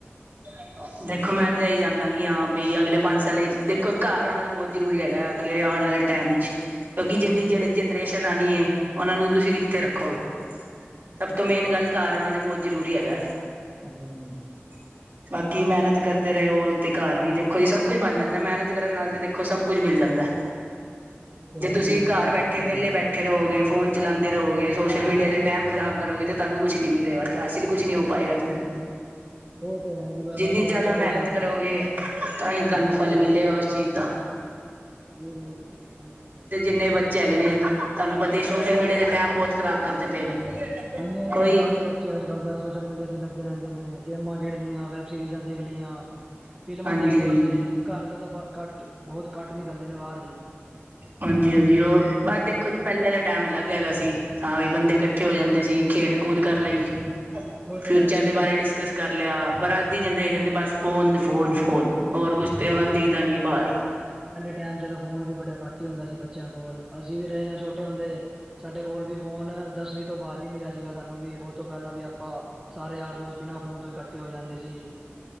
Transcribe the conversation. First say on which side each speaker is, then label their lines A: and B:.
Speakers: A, on the right; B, on the right.
A: ਹ <unintelligible> ਦੇਖੋ ਮੈਂ ਤਾਂ ਇਹੀ ਚਾਹਦਾ ਕਿ ਹਾਂ ਬਈ ਅਗਲੇ ਪੰਜ ਸਾਲੇ ਦੇਖੋ ਘਰ ਉਹਣਾ ਤਾਂ ਬਹੁਤ ਜ਼ਰੂਰੀ ਹੈਗਾ ਅਗ ਤੇ ਆਉਣ ਵਾਲੇ ਟਾਈਮ ਵਿੱਚ ਕਿਉਂਕਿ
B: ਉਹ
A: ਜਿੰਨੀ ਜਿਹੜੇ ਜਨਰੇਸ਼ਨ ਆਉਣੀ ਹੈ। ਉਹਨਾਂ ਨੂੰ ਤੁਸੀਂ ਕਿੱਥੇ ਰੱਖੋਗੇ ਸਭ
B: ਤੇ
A: ਤੋਂ
B: ਹੈ
A: ਮੇਨ
B: ਜੀ
A: ਗੱਲ ਘਾਰ ਉਹਣਾ ਤੇ ਬਹੁਤ ਜ਼ਰੂਰੀ ਹੈਗਾ।
B: ਹਾਂਜੀ- ਹਾਂਜੀ।
A: <unintelligible> ਬਾਕੀ ਮਿਹਨਤ ਕਰਦੇ ਰਹੇ ਹੋ ਤੇ ਘਰ ਵੀ ਦੇਖੋ ਜੀ, ਸਭ ਕੁੱਛ ਬਣ ਜਾਂਦਾ, ਮਿਹਨਤ ਕਰਨ ਨਾਲ ਤੇ ਦੇਖੋ ਸਭ ਕੁਝ ਮਿਲ ਜਾਂਦਾ।
B: ਉਹ ਤੇ
A: ਜੇ
B: ਹੈ
A: ਤੁਸੀਂ
B: ਜੀ ਮਿਹਨਤ
A: ਘਰ
B: ਤਾਂ
A: ਬੈਠੇ
B: ਕਰਦੇ ਰਹਿਣੀ
A: ਵੇਲੇ
B: ਚਾਹੀਦੀ
A: ਬੈਠੇ ਰਹੋਗੇ। ਫੋਨ ਚਲਾਉਂਦੇ ਰਹੋਗੇ ਸੋਸ਼ਲ ਮੀਡੀਆ ਦੇ ਟਾਈਮ ਖ਼ਰਾਬ ਕਰੋਗੇ ਤੇ ਤੁਹਾਨੂੰ ਕੁਛ ਨੀ ਮਿਲੇਗਾ ਅਸੀਂ ਕੁਛ ਨੀ ਹੋ ਪਾਏਗਾ ਤੁਸੀਂ
B: ਉਹ ਤੇ ਹੈ ਜੀ ਬਸ
A: ਜਿੰਨੀ
B: ਅੱਜ
A: ਜ਼ਿਆਦਾ
B: ਕੱਲ ਦੀ ਜਨਰੇਸ਼ਨ
A: ਮਿਹਨਤ
B: ਤਾਂ
A: ਕਰੋਗੇ।
B: ਚੱਲ ਜੀ
A: ਤਾਂ ਹੀ ਤੁਹਾਨੂੰ
B: ਹਾਂਜੀ
A: ਫਲ ਮਿਲੇਗਾ ਉਸ ਚੀਜ਼ ਦਾ।
B: ਇਹ ਗ ਤੇ ਕੁਛ ਸ <unintelligible>
A: ਜੰਨੇ ਬੱਚੇ ਹੈਗੇ ਨੇ, ਤੁਹਾਨੂੰ ਪਤਾ, ਸੋਸ਼ਲ ਮੀਡੀਆ ਤੇ ਟਾਈਮ ਬਹੁਤ ਖ਼ਰਾਬ ਕਰਦੇ ਪਏ ਨੇ।
B: ਹਾਂਜੀ-ਹਾਂਜੀ,
A: ਕੋਈ
B: ਸਾਰੇ ਬੱਚੇ। ਅੱਜ-ਕੱਲ੍ਹ ਤਾਂ ਸੋਸ਼ਲ ਮੀਡੀਆ ਤੇ ਲੱਗੇ ਰਹਿੰਦੇ ਨੇ ਗੇਮਾਂ ਖੇਡ ਲਈਆਂ, ਵੈਬ ਸੀਰੀਜਾਂ ਦੇਖ ਲਈਆਂ। ਫ਼ਿਲਮਾਂ
A: ਹਾਂਜੀ
B: ਦੇਖਦੇ
A: ਹਾਂਜੀ
B: ਰਹਿੰਦੇ, ਘਰ ਤੋਂ ਤਾਂ, ਘੱਟ ਬਹੁਤ ਘੱਟ ਨਿਕਲਦੇ ਨੇ ਬਾਹਰ ਜੀ।
A: ਹਾਂਜੀ-ਹਾਂਜੀ, ਉਹ ਬਸ ਦੇਖੋ ਜੀ, ਪਹਿਲੇ ਵਾਲਾ ਟਾਈਮ ਅਲੱਗ ਹੈਗਾ ਸੀ। ਹਾਂ ਵੀ, ਬੰਦੇ ਇਕੱਠੇ ਹੋ ਜਾਂਦੇ ਸੀ। ਖੇਡ ਕੂਦ ਕਰ
B: ਹਾਂਜੀ
A: ਲਈ,
B: ਹਾਂਜੀ ਉਹ
A: ਫਿਊਚਰ
B: ਤੇ ਹੈ ਜੀ
A: ਦੇ ਬਾਰੇਿਸ ਡਿਸਕਸ ਕਰ ਲਿਆ, ਪਰ ਅੱਜ ਦੀ ਜਨਰੇਸ਼ਨ ਦੇ ਬਸ ਫੋਨ, ਫੋਨ, ਫੋਨ! ਹੋਰ ਕੁਛ ਤੇ ਉਹਨਾ ਨੂੰ ਦਿਖਦਾ ਨੀ ਹੈ ਬਾਹਰ।
B: ਪਹਿਲੇ ਟਾਈਮ ਚ ਫੋਨ ਵੀ ਬੜਾ ਘੱਟ ਹੀ ਹੁੰਦਾ ਸੀ। ਬ ਬੱਚਿਆਂ ਕੋਲ ਅਸੀਂ ਵੀ ਰਹੇ ਹਾਂ, ਛੋਟੇ ਹੁੰਦੇ ਸਾਡੇ ਕੋਲ ਵੀ ਫੋਨ ਦਸਵ ਤੋਂ ਬਾਅਦ ਹੀ ਮਿਲਿਆ ਸੀਗਾ ਸਾਨੂੰ ਵੀ! ਉਹ ਤੋਂ ਪਹਿਲਾਂ ਵੀ ਆਪਾਂ ਸਾਰੇ ਯਾਰ-ਦੋਸਤ ਬਿਨਾਂ ਫੋਨ ਤੋਂ ਹੀੱ ੇ ਹੋ ਜਾਂਦੇ ਜੀ,